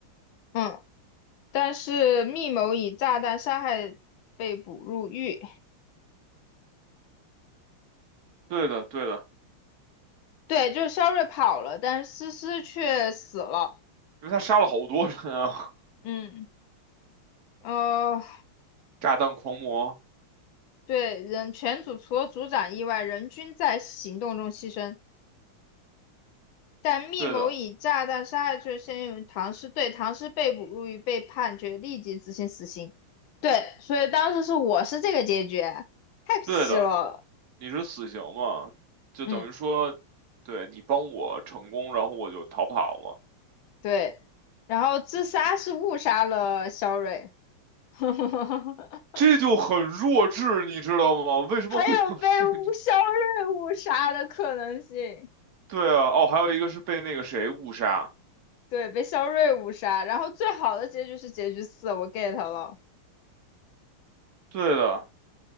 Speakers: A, on the left (about 75°); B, on the right (about 55°).
A: 嗯，但是密谋以炸弹杀害被捕入狱，
B: 对的，对的，
A: 对，就是肖瑞跑了，但是思思却死了，
B: 因为他杀了好多人啊。
A: 嗯。哦，
B: 炸弹狂魔，
A: 对，人全组除了组长以外，人均在行动中牺牲。但密谋以炸弹杀害罪先用于唐诗对，
B: 对的，
A: 唐诗被捕入狱，被判决立即执行死刑。对，所以当时是我是这个结局，太皮了。
B: 对的，你是死刑嘛？就等于说，
A: 嗯，
B: 对你帮我成功，然后我就逃跑了，
A: 对，然后自杀是误杀了肖瑞，<laughs>
B: 这就很弱智，你知道吗？为什么会有这个？
A: 还有被肖瑞误杀的可能性。
B: <laughs> 对啊，哦，还有一个是被那个谁误杀，
A: 对，被肖瑞误杀。然后最好的结局是结局四，我 get 了。
B: 对的，